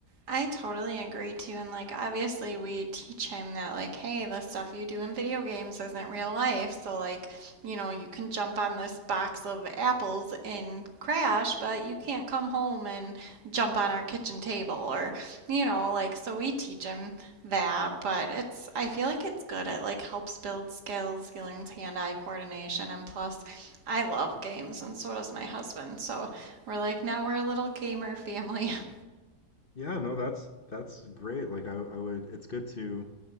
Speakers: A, on the right; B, on the left.
A: I totally agree too, and like obviously we teach him that like, hey, the stuff you do in video games isn't real life. So like, you know, you can jump on this box of apples and crash, but you can't come home and jump on our kitchen table or, you know, like so we teach him that, but it's I feel like it's good. It like helps build skills. He learns hand-eye coordination, and plus, I love games, and so does my husband. So we're like now we're a little gamer family. <laughs>
B: yeah, no, that's that's great. Like I, I would, it's good to